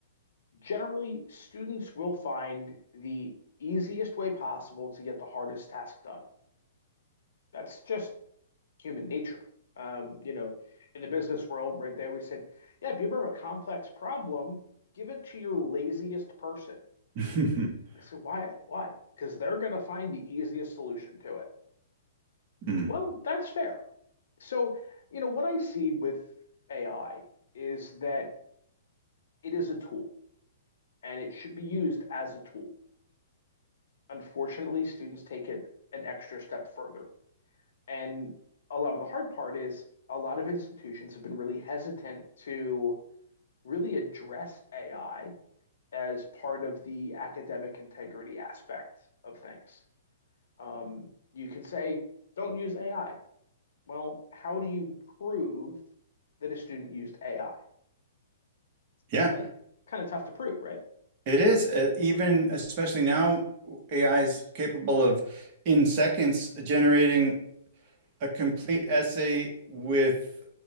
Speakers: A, on the left; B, on the right.
A: generally students will find the easiest way possible to get the hardest task done. That's just human nature. Um, you know, in the business world, right there, we said, yeah, if you ever have a complex problem, give it to your laziest person.
B: <laughs>
A: I said, why? Why? Because they're going to find the easiest solution to it.
B: Mm.
A: Well, that's fair. So, you know, what I see with AI is that it is a tool and it should be used as a tool. Unfortunately, students take it an extra step further. And a lot of the hard part is a lot of institutions have been really hesitant to really address AI as part of the academic integrity aspect of things. Um, you can say, don't use AI. Well, how do you prove that a student used AI?
B: Yeah.
A: Kind of, kind of tough to prove, right?
B: It is uh, even especially now AI is capable of in seconds generating a complete essay with